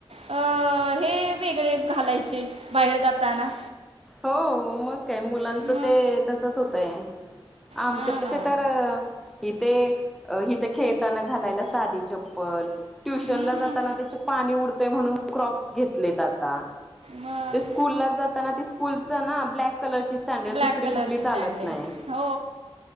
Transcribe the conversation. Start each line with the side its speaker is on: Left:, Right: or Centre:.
Right: अ हे वेगळे घालायचे बाहेर जाताना.
Centre: हो. मग काय मुलांचं
Right: मग
Centre: ते तसंच होतंय. आमच्याचे
Right: हा ना
Centre: तर हिथे, अ हिथं खेळताना घालायला साधी चप्पल ट्युशन
Right: हम्म,
Centre: ला जाताना त्याचे पाणी उडतय म्हणून क्रॉप्स घेतलेत आता.
Right: मग
Centre: ते स्कूलला जाताना ते स्कूलचं ना ब्लॅक कलरची सँडल,
Right: ब्लॅक
Centre: दुसरी
Right: कलरची
Centre: कुठली
Right: सँडेल
Centre: चालत नाही.
Right: हो